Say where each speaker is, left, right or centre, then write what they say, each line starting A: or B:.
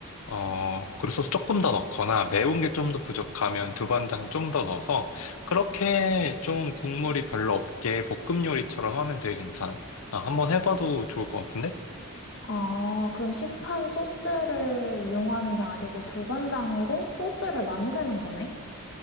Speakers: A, on the left (about 75°); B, on the left (about 55°).
A: 어, 굴소스 조금 더 넣거나 매운 게 좀 더 부족하면 두반장 좀 더 넣어서 그렇게 좀 국물이 별로 없게 볶음 요리처럼 하면 되게 괜찮아. 한번 해봐도 좋을 것 같은데?
B: 아, 그럼 시판 소스를 이용하는 게 아니고 두반장으로 소스를 만드는 거네?